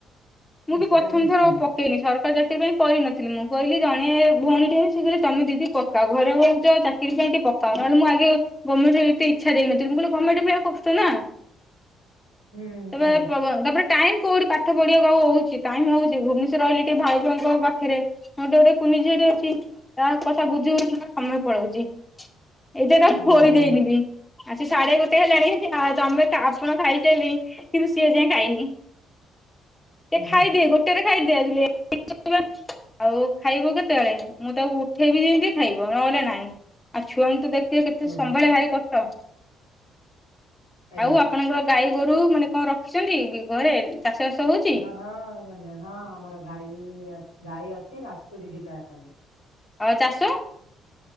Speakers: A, on the left (about 20°); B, on the right (about 85°).
A: ମୁଁ
B: ହଁ
A: ବି
B: ସେଇଟା
A: ପ୍ରଥମ
B: ତ ନିଶ୍ଚିନ୍ତ
A: ଥର ପକେଇନି ସରକାରୀ ଚାକିରି ପାଇଁ କରିନଥିଲି ମୁଁ କହିଲି ଜଣେ ଭଉଣୀଟିଏ ଶିଖିଲେ ତମେ ଦିଦି ପକାଅ ଘରେଉଛ ଚାକିରି ପାଇଁ ଟିକେ ପକାଅ ନହେଲେ ମୁଁ ଆଗେ ଗମେଣ୍ଟ ଚାକିରି ଏତେ ଇଛା ଦେଇନଥିଲି ମୁଁ କହିଲି ଗମେଣ୍ଟ ମିଳିବା କଷ୍ଟ ନା।
B: ହୁଁ
A: ତେବେ
B: ଆଜ୍ଞା
A: ତମମର ଟାଇମ କୋଉଠି ପାଠ ପଢିବାକୁ ଆଉ ହଉଛି ଟାଇମ ହଉଛି ଭୁବନେଶ୍ଵ ର ରହିଲି ଟିକେ ଭାଉଜଙ୍କ ପାଖରେ ତାଙ୍କର ଗୋଟେ କୁନି ଝିଅଟେ ଅଛି। ତା କଥା ବୁଝି ହଉନି ସମୟ ପଳଉଛି। ଏଯାଏ ତାକୁ ଖୋଇ
B: ଓହୋ
A: ଦେଇନି ବି। ଆସି ସାଢେ ଗୋଟେ ହେଲାଣି ତମେ ଆପଣ ଖାଇସାଇଲେଣି କିନ୍ତୁ ସିଏ ଏଯାଏଁ ଖାଇନି। ସେ
B: ଆଜ୍ଞା
A: ଖାଇଦିଏ ଗୋଟେରେ ଖାଇଦିଏ ଆଜି ଲେଟ <unintelligible> ଆଉ ଖାଇବ କେତେବେଳେ ମୁଁ ତାକୁ ଉଠେଇବି ଯେମିତି ଖାଇବ ନହେଲେ ନାଇଁ ଆଉ ଛୁଆଙ୍କୁ ତ ଦେଖ କିଏ କେତେ
B: ଓହୋ।
A: ସମ୍ଭାଳିବା ଭାରି କଷ୍ଟ।
B: ଆଜ୍ଞା
A: ଆଉ ଆପଣଙ୍କର ଗାଈ ଗୋରୁ ମାନେ କଣ ରଖିଚନ୍ତି ବି ଘରେ? ଚାଷ ବାସ ହଉଛି
B: ହେଲା ହଁ ମାନେ ହଁ ଆମର ଗାଈ ବା ଗାଈ ଅଛି ବାଛୁରୀ ଦିଟା ଅଛନ୍ତି।
A: ଅ ଚାଷ?